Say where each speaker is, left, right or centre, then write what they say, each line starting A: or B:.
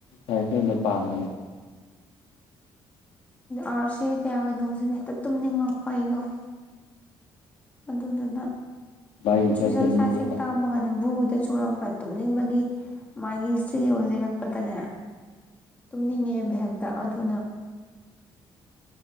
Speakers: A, on the left; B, on the left.
A: ꯑꯣꯏꯅ ꯄꯥꯝꯕꯅꯦ
B: ꯑꯥꯔꯠꯁꯦ ꯀꯌꯥ ꯀꯩꯗꯧꯗꯦꯅ ꯍꯦꯛꯇ ꯇꯨꯝꯅꯤꯡꯉꯛꯄ ꯑꯩꯗꯣ꯫ ꯑꯗꯨꯗꯨꯅ꯫
A: ꯚꯥꯏꯒꯤ
B: ꯁꯣꯁꯦꯜ
A: ꯈꯔ ꯆꯩꯕꯤꯔꯒ
B: ꯁꯥꯏꯟꯁ ꯍꯦꯛ ꯇꯥꯕꯒꯅꯦ ꯕꯨ ꯆꯨꯔꯛꯄ ꯇꯨꯝꯅꯤꯡꯕꯒꯤ ꯃꯥꯒꯤ ꯍꯤꯁꯇ꯭ꯔꯤꯒꯤ <unintelligible> ꯂꯤꯔꯛꯄꯗꯅꯦ ꯇꯨꯝꯅꯤꯡꯉꯦꯕ ꯍꯦꯛꯇ ꯑꯗꯨꯅ꯫